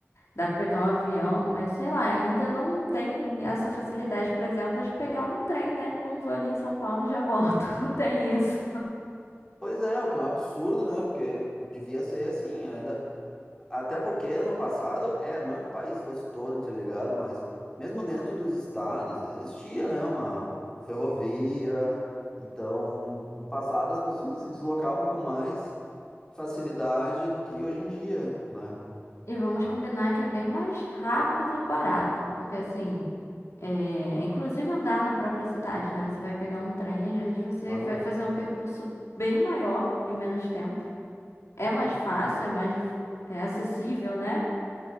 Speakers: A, on the left; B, on the left.
A: dá pra pegar um avião, mas sei lá, ainda não tem essa facilidade, por exemplo, de pegar um trem, né? Pum, vou ali em São Paulo e já volto. <laughs> Não tem isso.
B: Pois é, o que é um absurdo, né? Porque devia ser assim, ainda. Até porque no passado, é, não que o país fosse todo interligado, mas mesmo dentro dos estados existia, né, uma ferrovia. Então, no passado as pessoas <laughs> se deslocavam com mais facilidade do que hoje em dia, né?
A: E vamos
B: Ah,
A: combinar que é bem mais rápido e barato, porque assim, é, inclusive andar na própria cidade, né? Você vai pegar um trem, às vezes você
B: claro,
A: vai fazer um percurso bem maior em menos tempo. É mais
B: sim.
A: fácil, é mais é acessível, né?